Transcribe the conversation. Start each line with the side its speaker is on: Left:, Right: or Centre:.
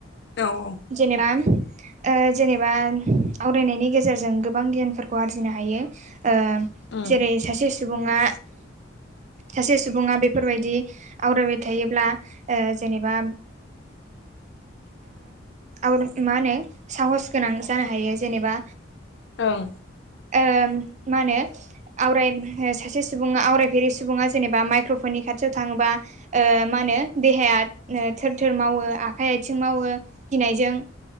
Left: औ औ
Right: जेनेबा जेनेबा आवरायनायनि गेजेरजों गोबां गियानफोरखौ आरजिनो हायो ओ
Left: उम
Right: जेरै सासे सुबुङा सासे सुबुङा बेफोरबायदि आवरायबाय थायोब्ला ओ जेनेबा ओ मा होनो साहस गोनां जानो हायो जेनेबा
Left: ओं
Right: ओ मा होनो आराय सासे सुबङा आवरायफेरि सुबुङा जेनेबा माइक्र'फननि खाथियाव थाङोबा मा होनो देहाया थोर थोर मावो आखाइ। आथिं मावो गिनायजों